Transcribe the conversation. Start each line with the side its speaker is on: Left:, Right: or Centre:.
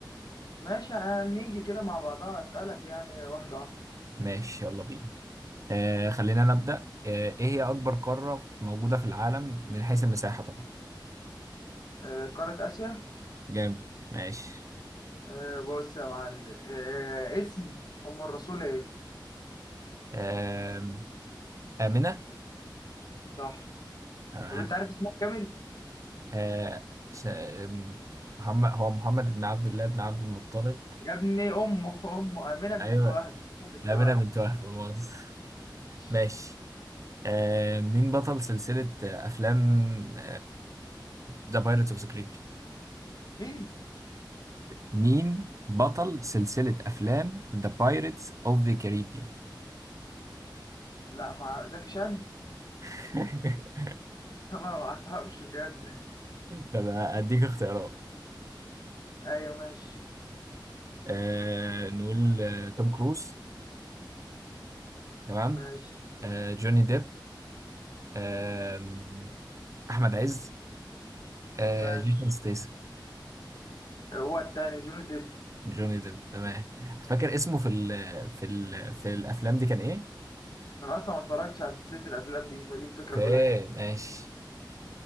Left: ماشي هنيجي كده مع بعضها اسألك يعني واحدة واحدة
Right: ماشي يلا بينا آه، خلينا نبدأ آه، إيه هي أكبر قارة موجودة في العالم من حيث المساحة طبعا
Left: آه، قارة آسيا
Right: جامد ماشي
Left: آه، بص يا معلم آه، اسم أم الرسول ايه
Right: آم، آمنة
Left: صح
Right: تمام
Left: طب انت عارف اسمها كامل
Right: آه، س- آم، محمد هو محمد بن عبد الله بن عبد المطلب
Left: يا ابني أمه أمه آمنة بنت
Right: أيوه
Left: وهب آمنة بنت
Right: آمنة
Left: وهب
Right: بنت وهب مؤاخذة.
Left: مش-
Right: ماشي آه مين بطل سلسلة آه، أفلام ذا بايرتس أوف ذا كاريبيان
Left: مين
Right: مين بطل سلسلة أفلام ذا بايرتس أوف ذا كاريبيان
Left: لا مع زكي شان
Right: <laughs>
Left: <laughs> لا، ما انا ما اعرفش بجد
Right: طب أديك اختيارات
Left: ايوه ماشي
Right: آه نقول آه، توم كروز تمام
Left: ماشي
Right: آه جوني ديب آه أحمد عز آه
Left: ماشي
Right: جيسون ستيسن
Left: هو التاني جوني ديب
Right: جوني ديب تمام فاكر اسمه في ال في ال في الأفلام دي كان إيه؟
Left: انا اصلا ما اتفرجتش على سلسله الافلام دي فدي الفكره
Right: أوكي
Left: كلها
Right: ماشي